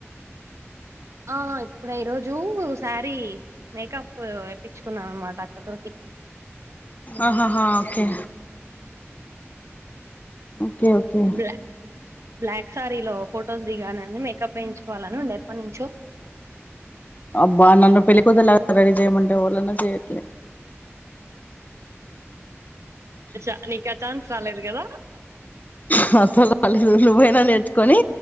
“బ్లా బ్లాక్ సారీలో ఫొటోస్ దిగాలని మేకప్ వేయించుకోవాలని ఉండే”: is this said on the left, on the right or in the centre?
Right